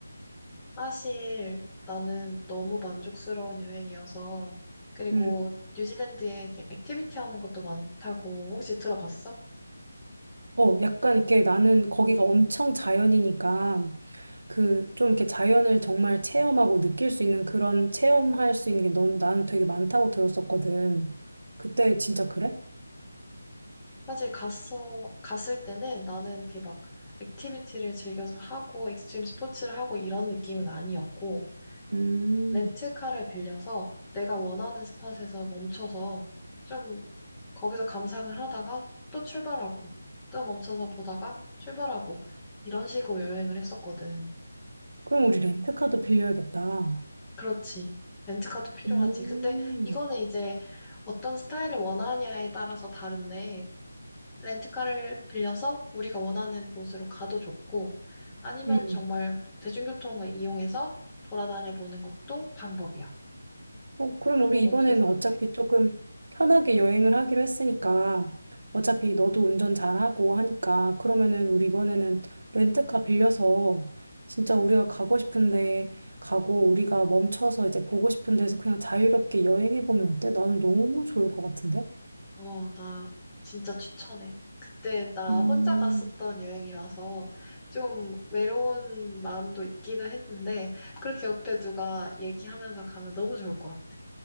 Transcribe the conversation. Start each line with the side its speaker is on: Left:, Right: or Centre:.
Left: 사실 나는 너무 만족스러운 여행이어서 그리고
Right: 음,
Left: 뉴질랜드에 이렇게 액티비티 하는 것도 많다고 혹시 들어봤어?
Right: 어, 약간 이렇게 나는 거기가 엄청 자연이니까 그 좀 이렇게 자연을 정말 체험하고 느낄 수 있는 그런 체험할 수 있는 게 넌, 나는 되게 많다고 들었었거든. 그때 진짜 그래?
Left: 사실 갔어 갔을 때는 나는 이렇게 막 액티비티를 즐겨서 하고 익스트림 스포츠를 하고 이런 느낌은 아니었고
Right: 음,
Left: 렌트카를 빌려서 내가 원하는 스팟에서 멈춰서 좀 거기서 감상을 하다가 또 출발하고 또 멈춰서 보다가 출발하고 이런 식으로 여행을 했었거든.
Right: 그럼 우리 렌트카도 빌려야겠다.
Left: 그렇지. 렌트카도 필요하지.
Right: 음,
Left: 근데 이거는 이제 어떤 스타일을 원하냐에 따라서 다른데, 렌트카를 빌려서 우리가 원하는 곳으로 가도 좋고, 아니면
Right: 음.
Left: 정말 대중교통을 이용해서 돌아다녀 보는 것도 방법이야.
Right: 어, 그럼
Left: 그런
Right: 우리
Left: 건
Right: 이번에는
Left: 어떻게 생각해?
Right: 어차피 조금 편하게 여행을 하기로 했으니까 어차피 너도 운전 잘하고 하니까 그러면은 우리 이번에는 렌트카 빌려서 진짜 우리가 가고 싶은데 가고 우리가 멈춰서 이제 보고 싶은 데서 그냥 자유롭게 여행해 보면 어때? 나는 너무 좋을 것 같은데?
Left: 어, 나 진짜 추천해. 그때 나
Right: 음,
Left: 혼자 갔었던 여행이라서 좀 외로운 마음도 있기도 했는데, 그렇게 옆에 누가 얘기하면서 가면 너무 좋을 것 같아.